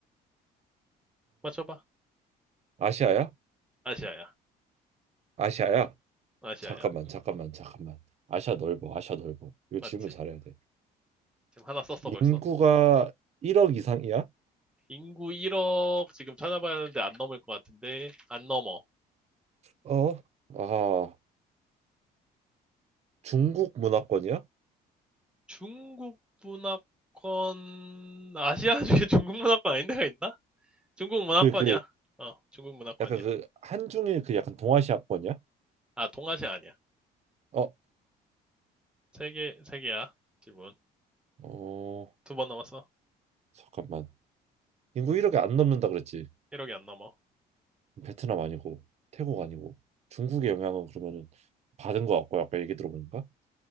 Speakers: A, in the centre; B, on the right.
A: 맞춰봐.
B: 아, 아시아야?
A: 아시아야.
B: 아시아야?
A: 아시아야.
B: 잠깐만 잠깐만 잠깐만. 아시아 넓어 아시아 넓어. 이거
A: 맞지?
B: 질문 잘해야 돼.
A: 지금 하나 썼어
B: 인구가
A: 벌써.
B: 1억 이상이야?
A: 인구 1억 지금 찾아봐야 하는데 안 넘을 것 같은데 안 넘어.
B: 어? 아 중국 문화권이야?
A: 중국 문화권, 아시아 중에 <laughs> 중국 문화권 아닌 데가 있나? 중국 문화권이야.
B: 그 그
A: 어, 중국 문화권이야.
B: 약간 그 한중의 그 약간 동아시아권이야?
A: 아, 동아시아 아니야.
B: 어?
A: 세 개, 세 개야. 질문.
B: 어
A: 두 번 넘었어.
B: 잠깐만. 인구 1억이 안 넘는다 그랬지.
A: 1억이 안 넘어.
B: 베트남 아니고 태국 아니고 중국의 영향은 그러면은 받은 것 같고 아까 얘기 들어보니까